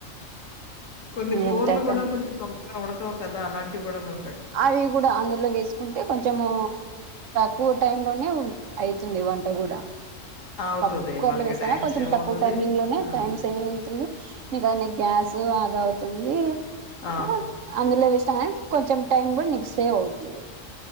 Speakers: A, on the left; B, on the right.
A: కొన్ని కూరలు
B: ఏంటంట
A: కూడా కొంచెం తొం ఉడకవు కదా అలాంటివి కూడా మేము
B: అవి కూడా అందులో వేసుకుంటే కొంచము కూ టైం లోనే అయితుంది వంట కూడా
A: అవుతది.
B: పప్పు కుక్కర్లోనే
A: మనకి
B: వేసానా
A: టైం
B: కొంచెం
A: సేవ్
B: తక్కువ
A: అవుతది.
B: టైమింగ్ లోనే
A: ఆ!
B: టైమ్ సేవింగ్ ఉంటుంది. ఇక గ్యాస్ ఉ అద అవుతుంది
A: ఆ!
B: అ అందులో వత్యామ్ కొంచెం టైమ్ కూడా నీకు సేవ్ అవుతుంది